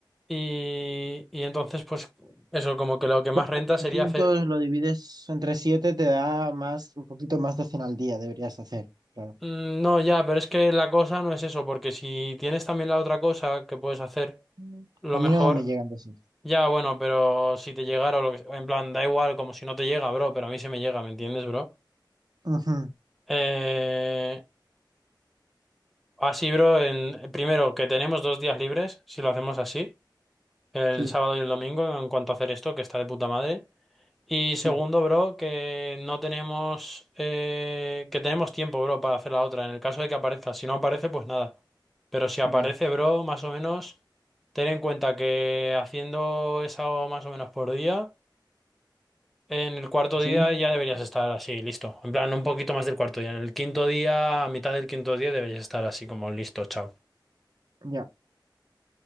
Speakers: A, in the centre; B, on the right (about 55°).
A: Y, y entonces, pues eso, como que lo que más
B: Claro,
A: renta
B: 800
A: sería hacer... u-
B: lo divides entre 7 te da más, un poquito más de 100 al día, deberías hacer. Claro.
A: Mm, No, ya, pero es que la cosa no es eso, porque si tienes también la otra cosa que puedes hacer,
B: Ujú.
A: lo
B: A
A: mejor...
B: mí no me llegan de esos.
A: Ya, bueno, pero si te llegara o lo que... En plan, da igual, como si no te llega, bro, pero a mí se me llega, ¿me entiendes, bro?
B: Ujú.
A: Eh, así, bro, en, primero que tenemos dos días libres, si lo hacemos así, el
B: Sí,
A: sábado y el domingo, en cuanto a hacer esto, que está de puta madre. Y
B: sí,
A: segundo, bro, que no tenemos, eh, que tenemos tiempo, bro, para hacer la otra, en el caso de que aparezca. Si no aparece, pues nada. Pero si aparece,
B: ya.
A: bro, más o menos, ten en cuenta que haciendo esa más o menos por día, en el cuarto
B: ¿Sí?
A: día ya deberías estar así, listo. En plan, un poquito más del cuarto día. En el quinto día, a mitad del quinto día, deberías estar así como listo, chao.
B: Ya.